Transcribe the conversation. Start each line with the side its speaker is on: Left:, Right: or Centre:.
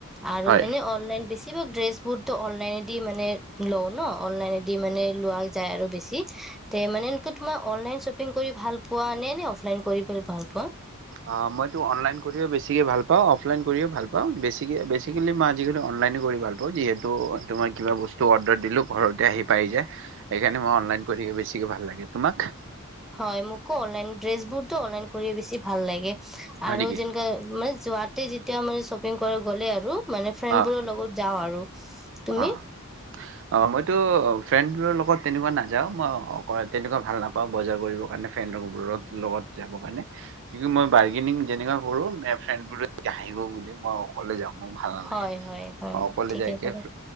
Centre: আৰু
Right: হয়
Centre: এনে অনলাইন বেছি সব ড্ৰেছ বুৰতো অনলাইনেদি মানে লওঁ ন। অনলাইনদি মানে লোৱা যায় আৰু বেছি। তে মানে এনেকে অনলাইন শ্বপিং কৰি ভাল পোৱা নে অফলাইন কৰি‌ তুমি ভাল পোৱা। ‌
Right: অ' মই তো অনলাইন কৰি বেছিকৈ ভাল পাওঁ। অফলাইন কৰিওঁ ভাল পাওঁ, বেছিকে, বেছিকেলি মই আজিকালি অনলাইনে কৰি ভাল পাওঁ, তুমাৰ কিবা বস্তু অৰ্ডাৰ দিলেওঁ ঘৰতে আহি পাই যায়। সেইকাৰণে মই অনলাইন কৰিহে বেছিকৈ ভাল লাগে। তুমাক?
Centre: হয় মোকো অনলাইন, ড্ৰেছ বোৰতো অনলাইন কৰিয়ে বেছি ভাল লাগে।
Right: হয়
Centre: আৰু
Right: নেকি
Centre: যেনেকে মানে যোৱাতে যেতিয়া মানে শ্বপিং কৰে গ'লে আৰু মানে ফ্ৰেণ্ডবোৰৰ
Right: অ
Centre: লগত যাওঁ আৰু। তুমি
Right: অ' অ! মইতো ফ্ৰেণ্ডবোৰৰ লগত তেনেকুৱা নাযাওঁ। মই তেনেকুৱা ভাল নাপাওঁ বজাৰ কৰিবৰ কাৰণে ফ্ৰেণ্ডবোৰৰ লগত, যাবৰ কাৰণে, কিন্তু মই বাৰ্গেনিং যেনেকুৱা কৰোঁ, ফ্ৰেণ্ডবোৰে হাঁহিব বুলি মই অকলে যাওঁ। মোৰ ভাল নালাগে
Centre: হয় হয় হয়,
Right: অকলে
Centre: ঠিকে
Right: যাইকে
Centre: আছে।